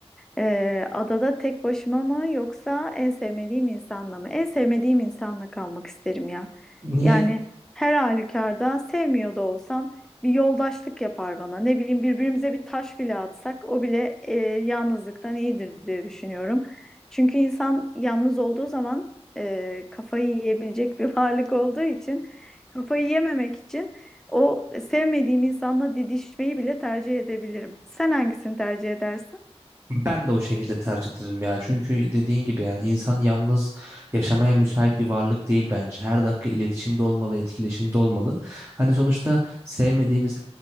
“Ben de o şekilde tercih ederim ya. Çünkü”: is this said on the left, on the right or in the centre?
Right